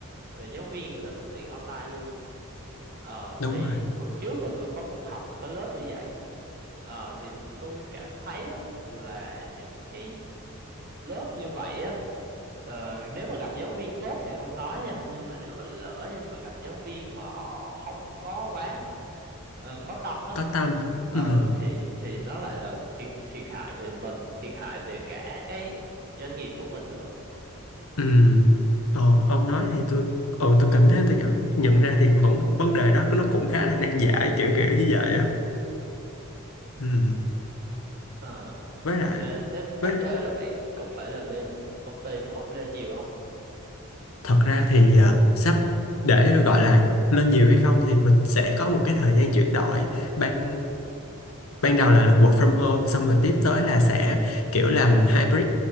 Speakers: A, on the right; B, on the left.
A: về giáo viên người ta cũng tuyển online luôn Ờ,
B: đúng
A: thì
B: rồi
A: hồi trước là tôi có một học một cái lớp như vậy Ờ, thì tôi cảm thấy á, là những cái lớp như vậy á ờ, nếu mà gặp giáo viên tốt thì không nói nha nhưng mà nếu mà lỡ nhưng mà gặp giáo viên mà họ không có quá ờ, có tâm á
B: có tâm
A: ờ
B: ừ
A: thì thì nó lại là thiệt thiệt hại về mình thiệt hại về cả cái doanh nghiệp của mình nữa
B: Ừ. Ờ, ông nói thì tôi ờ, tôi cảm thấy tôi nhận, nhận ra thì vẫn vấn đề đó nó cũng khá là nan giải kiểu kiểu như vậy á ừ.
A: ờ
B: với lại
A: thực ra sắp
B: với
A: sắp tới là bạn cũng phải là lên công ty mà không lên nhiều không
B: thật ra thì à, sắp để gọi là lên nhiều hay không thì mình sẽ có một cái thời gian chuyển đổi ban ban đầu là work from home xong rồi tiếp tới là sẽ kiểu làm hybrid